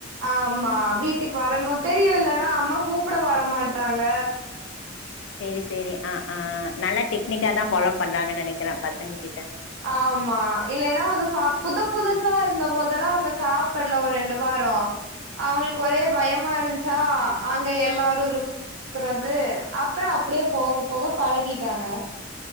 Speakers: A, on the right; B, on the left.
A: ஆமா வீட்டுக்கு வரணு தெரியு இல்லனா அம்மா கூப்புட வரமாட்டாங்க
B: சேரி சேரி ஆ ஆ நல்லா டெக்னிக்கா தா ஃபாலோ பண்றாங்கன்தா நெனைக்கிறே பசங்க கிட்ட
A: ஆமா இல்லேன்னா வந்து சாப் புது புதுசா இருந்த போதல்லா அவுங்க சாப்பல்ல ஒரு ரெண்டு வாரோ அவுங்களுக்கு ஒரே பயமா இருந்ச்சா அங்க எல்லாரு இரு குறது அப்பறோ அப்டியே போக போக பழகிட்டாங்க